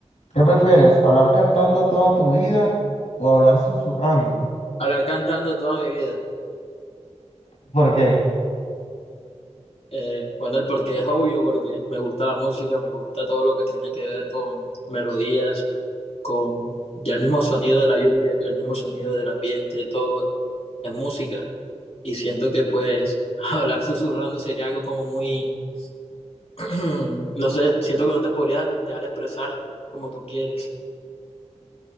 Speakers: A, on the left; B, on the left.
A: ¿Qué
B: ujú.
A: prefieres? ¿Hablar cantando toda tu vida o hablar susurrando?
B: Hablar cantando toda mi vida.
A: ¿Por qué?
B: Eh, bueno, el porque es obvio, porque me gusta la música, me gusta todo lo que tiene que ver con melodías, con ya el mismo sonido de la lluvia, el mismo sonido del ambiente, todo es música. Y siento que pues <laughs> hablar susurrando sería algo como muy <clears throat> No sé, siento que no te podría dejar expresar como tú quieres.